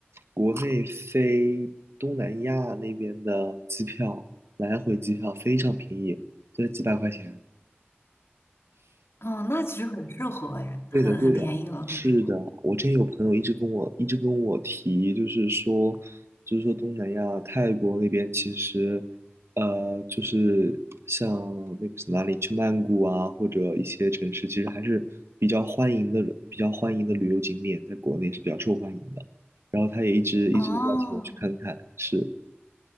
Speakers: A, on the right; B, on the left.
A: 国内飞东南亚那边的机票，来回机票非常便宜，就在几百块钱。
B: 哦，那其实很适合哎，很很便宜了，
A: 对的，对的，
B: 可以说。
A: 是的。我之前有朋友一直跟我一直跟我提，就是说，就是说东南亚泰国那边其实，呃，就是像那个是哪里，去曼谷啊，或者一些城市，其实还是比较欢迎的，比较欢迎的旅游景点，在国内是比较受欢迎的。然后他也一直一直邀请我去看看，
B: 哦
A: 是。